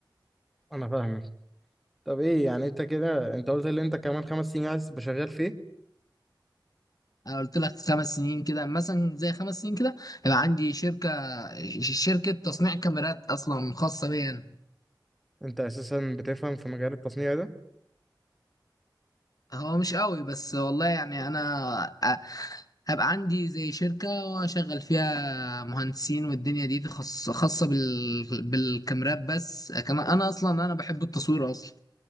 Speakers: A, in the centre; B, on the left.
A: انا فاهمك طب ايه يعني انت كده انت قلت اللي انت كمان خمس سنين عايز تبقى شغال فيه
B: انا قلت لك خمس سنين كده مثلا زي خمس سنين كده يبقى عندي شركه ش- شركه تصنيع كاميرات اصلا خاصه بيا أنا.
A: انت اساسا بتفهم في مجال التصنيع ده
B: هو مش قوي بس والله يعني انا أ- هبقى عندي زي شركه واشغل فيها مهندسين والدنيا دي خاص- خاصه بال... بالكاميرات بس كمان انا اصلا انا بحب التصوير اصلا